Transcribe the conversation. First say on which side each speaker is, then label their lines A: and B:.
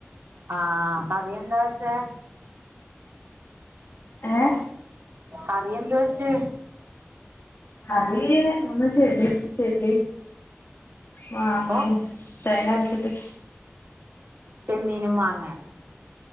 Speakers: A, on the right; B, on the left.
A: ആഹ കറിയെന്താ വെച്ചെ
B: ഏഹ്
A: കറിയെന്ത് വെച്ച്
B: കറ ഒന്ന് ചെള്ളി ചെള്ളി മാങ്ങിം
A: ഓ
B: തേങ്ങ രച്ചിട്ട്
A: ചെമ്മീനും മാങ്ങേ